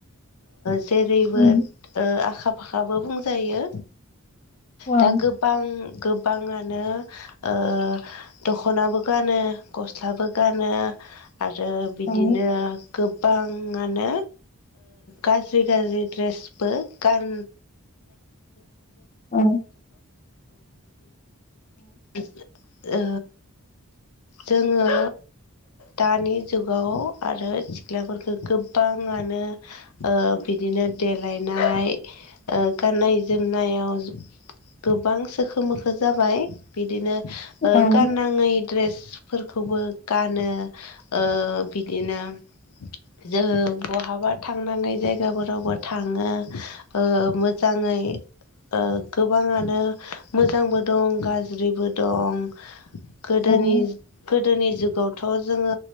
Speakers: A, on the left; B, on the left.
A: जेरैबो
B: उम
A: ओ आखा फाखाबो बुंजायो।
B: औ औ
A: दा गोबां गोबाङानो ओ दखनाबो गानो गस्लाबो गानो आरो बिदिनो
B: औ
A: गोबां आनो गाज्रि गाज्रि द्रेसबो गान
B: औ
A: । <unintelligible> ओ जोङो दानि जुगाव आरो सिख्लाफोरखो गोबाङानोओ बिदि बिदिनो देलायनाय गाननाय जोमनायाव गोबां सोखो‌ मोखो जाबाय बिदिनो ।
B: औ
A: गाननाङै ड्रेसफोरखौबो गानो । ओ बिदिनो । जों बहाबा थांनाङै जायगाफोरावबो थाङो ओ मोजाङै । ओ गोबाङानो मोजांबो दं गाज्रिबो दं । गोदोनि
B: औ
A: गोदोनि जुगावथ' जोङो